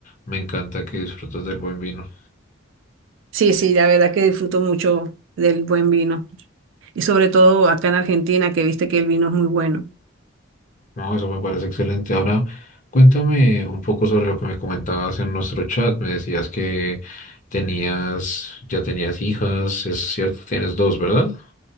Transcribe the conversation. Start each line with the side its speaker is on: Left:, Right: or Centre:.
Left: me encanta que disfrutes del buen vino.
Right: sí, sí, la verdad que disfruto mucho del buen vino. Y sobre todo acá en Argentina, que viste que el vino es muy bueno.
Left: No, eso me parece excelente. Ahora, cuéntame un poco sobre lo que me comentabas en nuestro chat. Me decías que tenías, ya tenías hijas, es cierto, tienes dos, ¿verdad?